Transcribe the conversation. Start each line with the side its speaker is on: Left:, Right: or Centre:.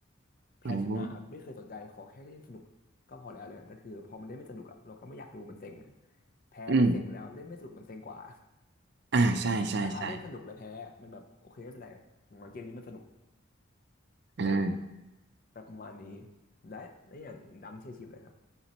Left: แพ้ชนะอะไม่เคยสนใจขอแค่เล่นสนุกก็พอแล้วเลยแต่คือพอมันเล่นไม่สนุกอะเราก็ไม่อยากดูมันเซ็งอะ
Right: อืม
Left: แพ้ก็เซ็งแล้วเล่นไม่สนุกมันเซ็งกว่า
Right: อืม อ่าใช่ใช่ใช่
Left: อืมแต่ถ้าเล่นสนุกแล้วแพ้ มันแบบโอเคไม่เป็นไรอย่างน้อยเกมนี้มันสนุก
Right: อ่า
Left: เออแบบประมาณนี้ และและอย่างดำเชียร์ทีมอะไรครับ